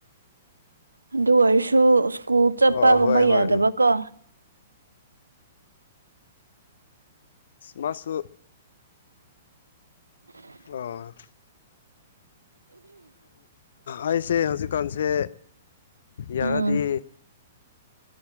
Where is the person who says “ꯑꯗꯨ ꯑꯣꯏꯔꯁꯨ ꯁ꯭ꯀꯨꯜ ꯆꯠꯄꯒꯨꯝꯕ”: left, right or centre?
Right